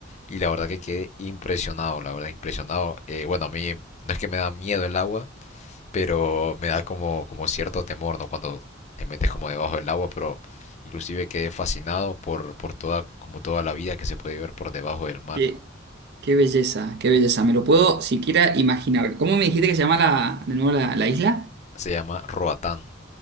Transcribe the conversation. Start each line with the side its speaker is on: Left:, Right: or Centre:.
Left: y la verdad que quedé impresionado, la verdad, impresionado. Eh, bueno, a mí no es que me da miedo el agua, pero me da como, como cierto temor, ¿no? Cuando te metes como debajo del agua, pero inclusive quedé fascinado por, por toda, como toda la vida que se puede ver por debajo del mar.
Right: qué, qué belleza, qué belleza. Me lo puedo siquiera imaginar. ¿Cómo me dijiste que se llama la, de nuevo la, la isla?
Left: Se llama Roatán,